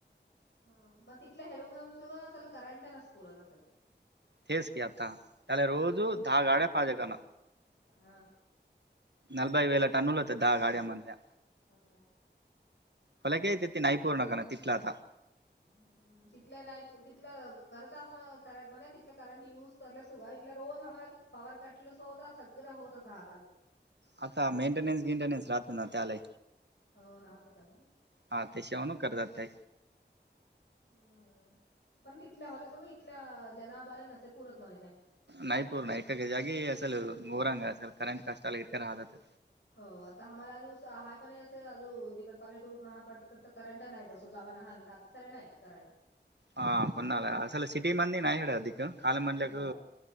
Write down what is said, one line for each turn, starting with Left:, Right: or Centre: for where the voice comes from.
Left: ह मग तिथल्या ह हेडून घेऊन सुद्धा असल करंट नस पुरत असेल.
Right: तेेज की आता. त्याला रोज दहा गाड्या फाज कन.
Left: हा.
Right: नलबई वेला टनूल होतं दहा गाड्या मधल्या.
Left: अम्म.
Right: हालाकी ते ते नाही पूर्ण कर ना तिथला आता.
Left: हम हम. तिथलं नाही तिथलं खरत आ म करंट म्ह तथ करंट युज करसा इथ रोज आम्हाला. पावर कटलस होत सग्रं होत असता.
Right: आता मेंटेन्स बिंटेनन्स राहतो ना त्याले.
Left: हो राहते पण
Right: हा ते शेवाणू करतात त्या
Left: हम्म. पण तिथल्या होले सगं इथल्या जनाबाला नसे पुरत मलाच्याने
Right: नाही पूर्ण एका जागी असल गोरांग असेल करेंट कष्टाला इका राहतात.
Left: हो आता आम्हाला हा पण अू इकड पलेटूर नहा कड त कडत क करंटा ना नाहीयत असो गमन हाल ताक ततले नाहीयत क कररंट.
Right: ह कोणाला असल सिट मंद नाही साड अधिक काल मधक
Left: हो